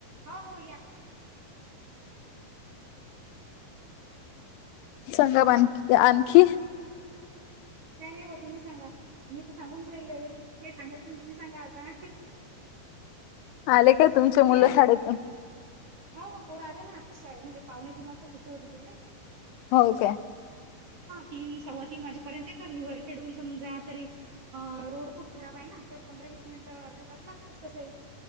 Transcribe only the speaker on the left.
सगा बण ते आणखी
आले काय तुमचे मुलं
शाळेतून?
हो काय